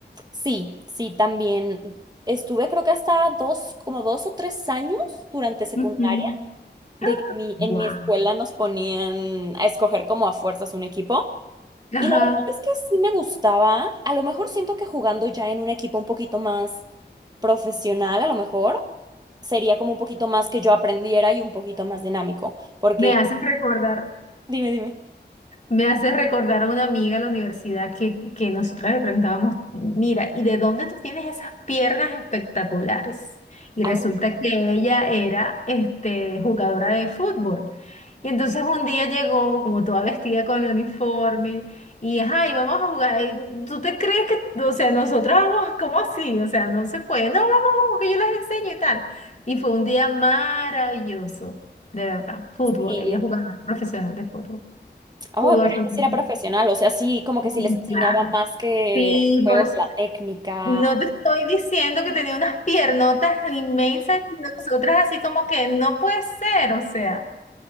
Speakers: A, on the right (about 20°); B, on the left (about 40°).
A: Sí, sí, también estuve creo que hasta dos, como dos o tres años durante secundaria,
B: Ujú.
A: de
B: ¡Ah!
A: que mi, en
B: Guau.
A: mi escuela nos ponían a escoger como a fuerzas un equipo.
B: Ajá.
A: Y la verdad es que sí me gustaba. A lo mejor siento que jugando ya en un equipo un poquito más profesional, a lo mejor sería como un poquito más que yo aprendiera y un poquito más dinámico. Porque,
B: Me hacen recordar.
A: dime, dime.
B: Me hace recordar a una amiga de la universidad que, que nosotras le preguntábamos, mira, ¿y de dónde tú tienes esas piernas espectaculares? Y resulta
A: Aún
B: que ella era este, jugadora de fútbol. Y entonces un día llegó como toda vestida con el uniforme y, ajá, y vamos a jugar. Y, ¿Tú te crees que, o sea, nosotras vamos, ¿cómo así? O sea, no se puede. No, vamos, vamos, que yo las enseño y tal. Y fue un día maravilloso, de verdad. Fútbol,
A: sí.
B: ella es jugadora profesional de fútbol
A: Oh,
B: pudo
A: pero
B: femenino.
A: ella sí era profesional, o sea, sí, como
B: Mm,
A: que sí les enseñaba
B: Claro.
A: más que
B: Sí,
A: el juego,
B: por eso.
A: que la técnica.
B: No te estoy diciendo que tenía unas piernotas inmensas y nosotras así como que no puede ser, o sea.